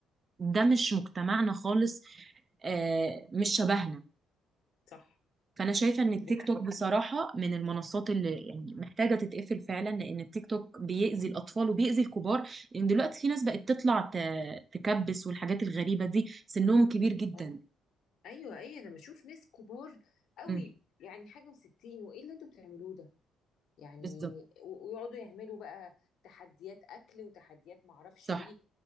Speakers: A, on the right; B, on the left.
A: ده مش مجتمعنا خالص آه، مش شبهنا
B: صح
A: فانا شايفه ان التيك
B: دي حقيقة
A: توك بصراحه من المنصات اللي يعني محتاجه تتقفل فعلا لان التيك توك بيأذي الاطفال وبيأذي الكبار لان دلوقتي في ناس بقت تطلع ت- تكبس والحاجات الغريبه دي سنهم كبير جدا
B: أه. أيوة أيوة أنا بشوف ناس كبار قوي
A: امم
B: يعني حاجة وستين وإيه اللي أنتوا بتعملوه ده يعني
A: بالظبط
B: و- ويقعدوا يعملوا بقى تحديات اكل وتحديات معرفش
A: صح
B: ايه